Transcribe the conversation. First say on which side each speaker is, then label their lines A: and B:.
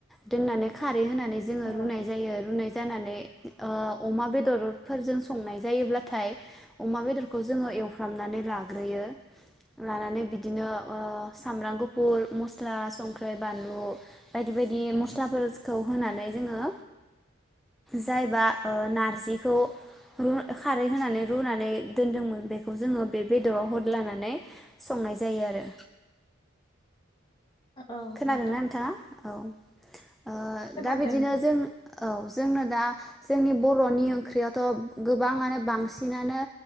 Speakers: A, in the centre; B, on the left (about 25°).
A: दोननानै खार रै होनानै जोङो
B: औ
A: रुनाय जायो रुनाय जा जानानै ओ अमा बेदरफोरजों स संनाय जायोब्लाथाय अमा बेदरखौ जोङो एवफ्रामनानै लाग्रोयो लानानै बिदिनो ओ सामब्राम गुफुर मस मस्ला संख्रै बानलु बायदि बायदि मस्लाफोरखौ होनानै जोङो जायबा ओ नारजिखौ रु खारै होनानै रुनानै दोनदोंमोन बेखौ जोङो बे बेदराव होदलानानै संनाय जायो आरो
B: औ
A: खोनादोंना
B: नोंथां
A: नोंथाङा औ ओ
B: खोनादों
A: दा बिदिनो
B: नोंथां
A: जों औ जोंनो दा जोंनि बरनि ओंख्रियावथ गोबाङानो बांसिनानो